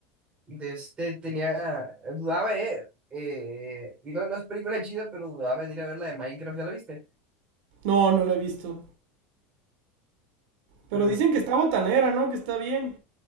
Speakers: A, on the right (about 15°); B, on the right (about 55°).
A: de este tenía, dudaba, eh, eh, no, no es película chida, pero dudaba en ir a ver la de Minecraft, ¿ya la viste?
B: No, no la he visto. Pero
A: Mm,
B: dicen que está botanera, ¿no? Que está bien.